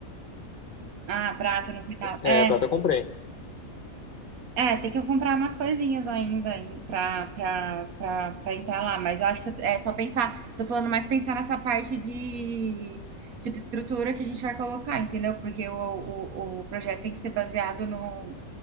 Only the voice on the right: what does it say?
Ah, prato no final.
É.
É, tem que eu comprar umas coisinhas ainda em- pra, pra, pra, pra entrar lá, mas eu acho que eu- é só pensar, tô falando mais pensar nessa parte de, tipo, estrutura que a gente vai colocar, entendeu? Porque o, o, o projeto tem que ser baseado no,